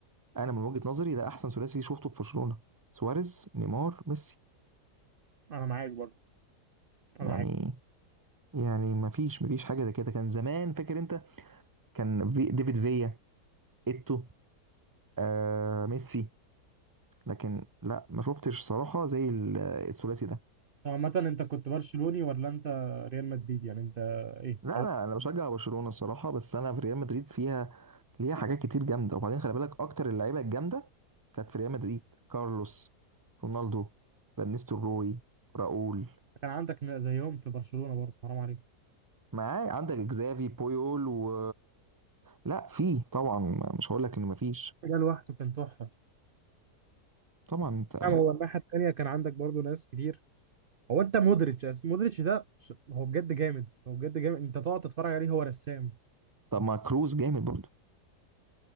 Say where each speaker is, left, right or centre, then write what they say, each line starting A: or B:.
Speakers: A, on the right (about 15°); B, on the right (about 50°).
A: انا من وجهة نظري ده احسن ثلاثي شفته في برشلونة سواريز نيمار ميسي
B: انا معاك برضه انا
A: يعني
B: معاك
A: يعني ما فيش ما فيش حاجة زي كده كان زمان فاكر انت كان في ديفيد فيا ايتو آه ميسي لكن لا ما شفتش صراحة زي ال- الثلاثي ده
B: طب عامة انت كنت برشلوني ولا انت ريال مدريد يعني انت ايه
A: لا
B: او
A: انا انا بشجع برشلونة الصراحة بس انا في ريال مدريد فيها ليها حاجات كتير جامده وبعدين خلي بالك اكتر اللعيبه الجامده كانت في ريال مدريد كارلوس رونالدو فان نيستلروي راؤول
B: كان عندك زيهم في برشلونة برضه حرام عليك
A: معاه عندك اكزافي بويول و لا في طبعا مش هقول لك ان مفيش
B: ده لوحده كان تحفة
A: طبعا انت
B: نعم، هو الناحية التانية كان عندك برضو ناس كتير هو انت مودريتش أس- مودريتش ده ش- هو بجد جامد هو بجد جامد انت تقعد تتفرج عليه هو رسام
A: طب ما كروز جامد برضو